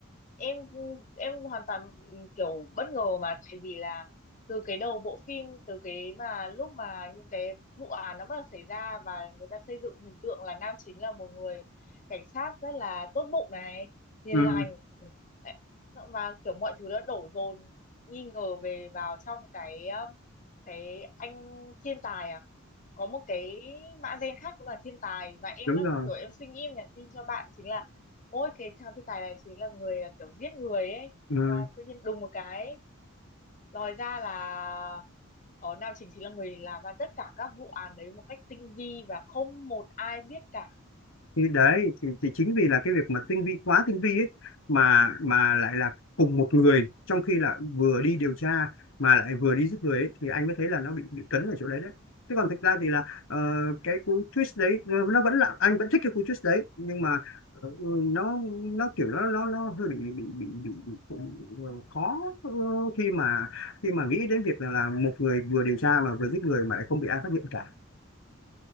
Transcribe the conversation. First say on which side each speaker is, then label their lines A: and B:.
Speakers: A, on the left; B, on the left.
A: em em hoàn toàn ừ, kiểu bất ngờ mà tại vì là từ cái đầu bộ phim từ cái mà lúc mà những cái vụ án nó bắt đầu xảy ra và người ta xây dựng hình tượng là nam chính là một người cảnh sát rất là tốt bụng này hiền
B: ừ
A: lành Đấy. Sợ Mà kiểu mọi thứ đã đổ dồn nghi ngờ về vào trong cái um, cái anh thiên tài à có một cái mã gen khác cũng là thiên tài và em
B: đúng
A: đã
B: rồi
A: kiểu em suy nghĩ em nhắn tin cho bạn chính là ôi cái thằng thiên tài này chính là người là kiểu giết người ấy
B: ừ.
A: và tự nhiên đùng một cái lòi ra là có nam chính chính là người làm ra tất cả các vụ án đấy một cách tinh vi và không một ai biết cả
B: thì đấy thì, thì chính vì là cái việc mà tinh vi quá tinh vi ấy mà mà lại là cùng một người trong khi là vừa đi điều tra mà lại vừa đi giết người ấy, thì anh mới thấy là nó bị bị cấn ở chỗ đấy đấy chứ còn thực ra thì là ờ, cái cú twist đấy ờ, nó vẫn là anh vẫn thích cái cú twist đấy nhưng mà ờ, nó nó kiểu nó nó nó hơi bị bị bị bị, bị, bị ờ, khó ờ, khi mà khi mà nghĩ đến việc là, là một người vừa điều tra mà vừa giết người mà lại không bị ai phát hiện cả